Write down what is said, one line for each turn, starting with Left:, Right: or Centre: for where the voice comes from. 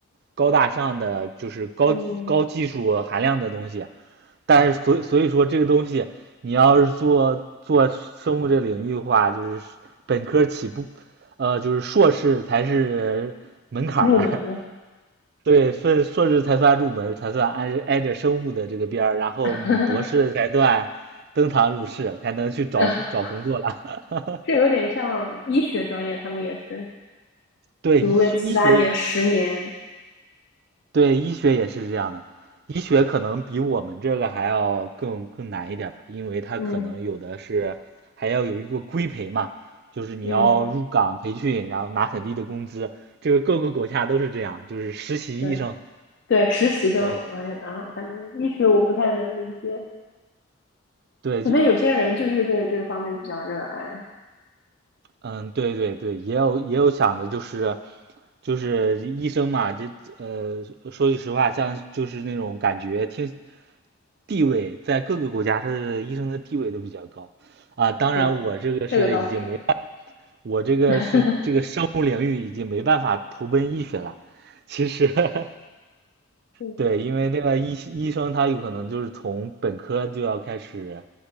Right: 高大上的，就是高技高技术含量的东西。
Left: 嗯，
Right: 但是所以所以说这个东西，你要是做做生物这领域的话，就是本科起步，呃，就是硕士才是门槛儿，
Left: 入门了，
Right: <laughs> 对，硕硕士才算入门，才算挨着挨着生物的这个边儿，然后你博士才算登堂入室，
Left: <laughs>
Right: 才能去找找工作了。
Left: 嗯这有点像医学专业，他们也是
Right: <laughs> 对，
Left: 读个七八年、
Right: 医学医学也
Left: 十年，
Right: 对，医学也是这样的，医学可能比我们这个还要更更难一点吧，因为它可能有的是还要有一个规培嘛，
Left: 嗯
Right: 就是你要入岗培训，
Left: 嗯，
Right: 然后拿很低的工资，这个各个国家都是这样，就是实习医生。
Left: 对对，实习的，
Right: 对
Left: 哎啊，反正医学我不太能理解，
Right: 对，
Left: 可能有些人就是对这个方面比较热爱，
Right: 就嗯，对对对，也有也有想的，就是就是医生嘛，这呃，说句实话，像就是那种感觉听地位，在各个国家，他的医生的地位都比较高啊。当然，
Left: 对，
Right: 我这个是已经没，
Left: 这个倒是，
Right: 我这个是这个生物领域已经没办法投奔医学了。
Left: <laughs>
Right: 其实，<laughs>
Left: 嗯
Right: 对，因为那个医医生他有可能就是从本科就要开始，